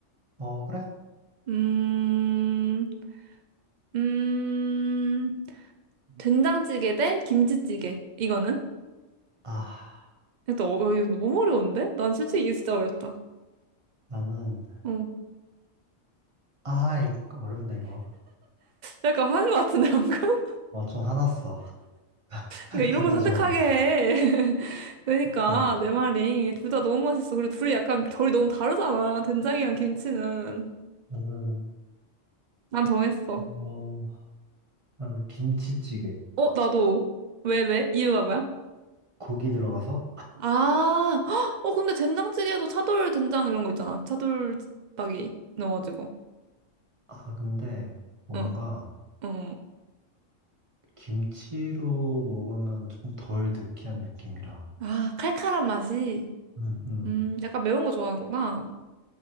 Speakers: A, on the right (about 25°); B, on the right (about 80°).
A: 어, 그래?
B: 음, 음, 된장찌개 대 김치찌개. 이거는?
A: 아,
B: 또, 어, 이거 너무 어려운데? 난 솔직히 이게 진짜 어렵다.
A: 나는,
B: 어,
A: 아, 이거 어렵네, 이거.
B: 약간 화난 것 같은데, 방금? <laughs>
A: 어, 좀 화났어. <laughs>
B: 그러니까 이런
A: 둘
B: 걸
A: 다
B: 선택하게
A: 좋아했어.
B: 해. <laughs> 그러니까,
A: 아,
B: 내 말이. 둘 다 너무 맛있어. 그리고 둘이 약간 결이 너무 다르잖아. 된장이랑 김치는.
A: 나는,
B: 난 정했어.
A: 어, 그다음에 김치찌개.
B: 어, 나도. 왜, 왜? 이유가 뭐야?
A: 고기 들어가서?
B: 아, 헉! 어, 근데 된장찌개도 차돌 된장 이런 거 있잖아. 차돌박이 넣어가지고.
A: 아, 근데, 뭔가,
B: 어, 어, 어.
A: 김치로 먹으면 조금 덜 느끼한 느낌이라.
B: 아, 칼칼한 맛이.
A: 음, 음,
B: 음, 약간 매운 거 좋아하는구나.